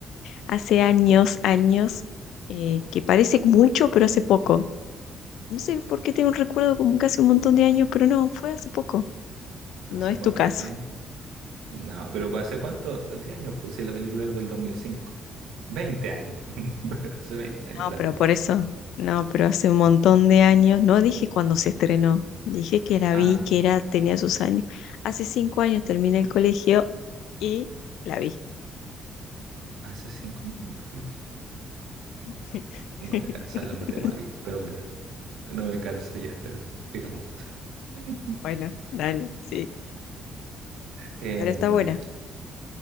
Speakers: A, on the left; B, on the right.
A: Hace años, años, eh, que parece mucho, pero hace poco. No sé por qué tengo un recuerdo como que hace un montón de años, pero no, fue hace poco.
B: ¿Hace
A: No es
B: cuántos?
A: tu caso.
B: ¿10 años? No, pero ¿hace cuántos? ¿10 años? Pues si la película es del 2005. 20 años. <laughs> Hace 20 años
A: No,
B: la
A: pero
B: viste.
A: por eso. No, pero hace un montón de años. No dije cuando se estrenó. Dije que la
B: Ah,
A: vi,
B: ya.
A: que era, tenía sus años. Hace cinco años terminé el colegio y la vi.
B: Hace 5 años estaba en el colegio.
A: <laughs>
B: No me calzan las matemáticas, pero bueno, no me calza ya, pero digamos. <laughs>
A: Bueno, dale, sí.
B: Em,
A: Pero está buena.